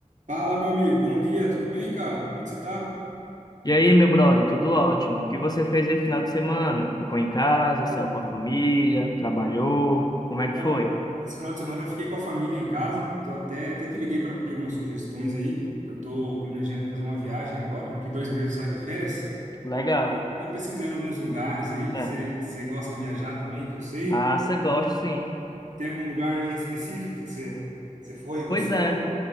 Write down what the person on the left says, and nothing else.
E aí, meu brother, tudo ótimo? O que você fez aí final de semana? Ficou em casa, saiu com a família, trabalhou? Como é que
foi?
Legal.
É,
massa, gosto sim.
Pois é,